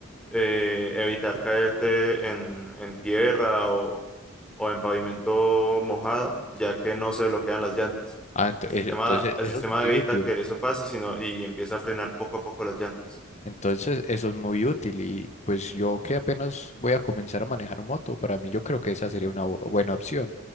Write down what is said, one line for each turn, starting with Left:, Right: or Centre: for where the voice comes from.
Centre: eh, evitar caerte en, en tierra o, o en pavimento mojado, ya que no se bloquean las llantas.
Left: Ah, ento-
Centre: El sistema,
Left: eh, entonces
Centre: el
Left: eso
Centre: sistema
Left: es muy
Centre: evita
Left: útil.
Centre: que eso pase, sino y empieza a frenar poco a poco las llantas.
Left: Entonces, eso es muy útil y pues yo que apenas voy a comenzar a manejar moto, para mí yo creo que esa sería una bu- buena opción.